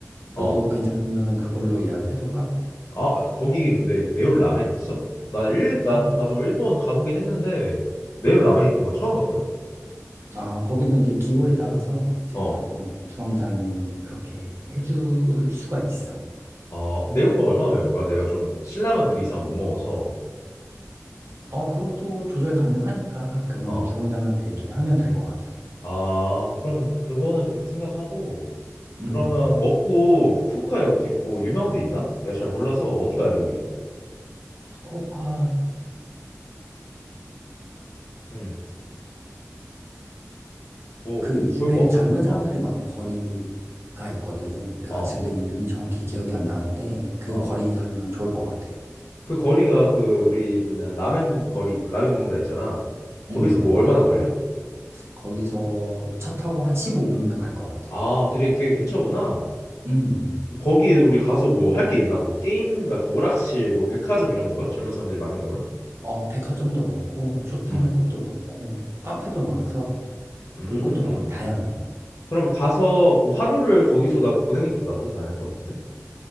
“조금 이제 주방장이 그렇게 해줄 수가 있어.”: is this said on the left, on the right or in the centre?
Right